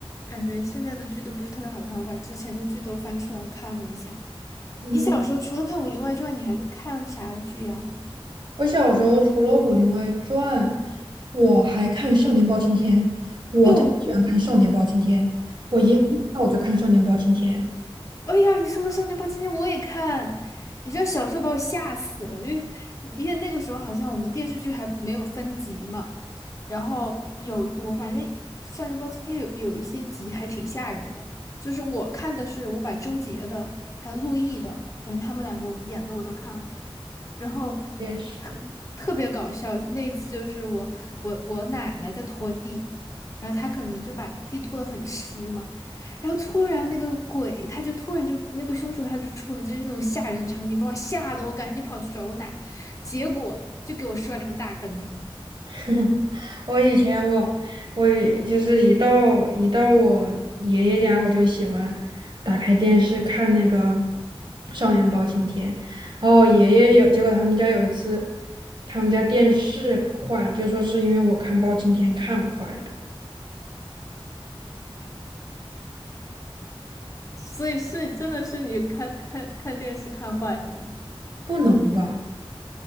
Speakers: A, on the left (about 35°); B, on the right (about 55°).
A: 感觉现在的剧都不是特别好看，我把之前的剧都翻出来看了一下。
B: 嗯，
A: 你小时候除了看《武林外传》，你还看啥剧呀？
B: 我小时候除了《武林外传》，我还看《少年包青天》，我特别喜欢看《少年包青天》，
A: 哎呦，
B: 我一放假我就看《少年包青天》。
A: 哎呀，你说的《少年包青天》我也看，你知道小时候把我吓死了，因为因为那个时候好像我们电视剧还没有分级嘛，然后有我反正《少年包青天》有有一些集还挺吓人的，就是我看的是我把周杰的还有陆毅的，反正他们两个我演的我都看了。然后
B: 我也是。
A: 特别搞笑。那一次就是我我我奶奶在拖地，然后她可能就把地拖得很湿嘛，然后突然那个鬼他就突然就那个凶手他就出来，就是那种吓人的场景，把我吓得我赶紧跑去找我奶，结果就给我摔了一个大跟头。
B: <laughs> 我以前我我就是一到一到我爷爷家，我就喜欢打开电视看那个《少年包青天》，然后我爷爷有，结果他们家有一次，他们家电视坏了，就说是因为我看包青天看坏的，
A: 所以是真的是你看看看电视看坏的吗？
B: 不能吧？